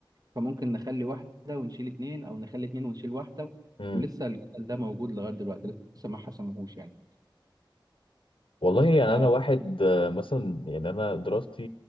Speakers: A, on the right; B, on the left.
A: فممكن نخلي واحدة ونشيل اتنين أو نخلي اتنين ونشيل واحدة
B: امم
A: ولسه الجدل ده موجود لغاية دلوقتي لسه ما حسموهوش يعني
B: والله يعني
A: ف
B: انا واحد آه، مثلا يعني انا دراستي